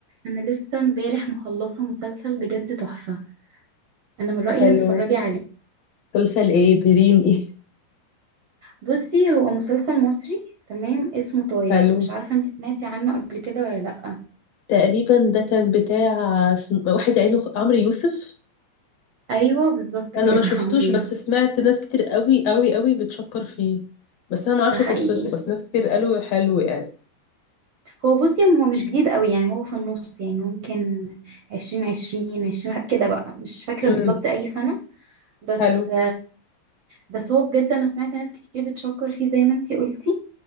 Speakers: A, on the right (about 70°); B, on the left (about 55°).
A: انا لسه امبارح مخلصه مسلسل بجد تحفه انا من رايي
B: حلو
A: تتفرجي عليه
B: مسلسل ايه بيرين ايه
A: بصي هو مسلسل مصري تمام اسمه طايع
B: حلو
A: مش عارفه انت سمعتي عنه قبل كده ولا لا
B: تقريبا ده كان بتاع اسم- واحد عينه خ- عمرو يوسف
A: ايوه بالظبط
B: انا
A: كده
B: ما شفتوش
A: <laughs> عمرو يوسف
B: بس سمعت ناس كتير قوي قوي قوي بتشكر فيه بس انا ما اعرفش
A: ده حقيقي
B: قصته بس ناس كتير قالوا حلو يعني
A: هو بصي هو مش جديد قوي يعني هو في النص يعني ممكن عشرين عشرين عشرين كده بقى مش فاكره
B: امم
A: بالظبط اي سنه بس
B: حلو
A: بس هو بجد انا سمعت ناس كتير بتشكر فيه زي ما انت قلتي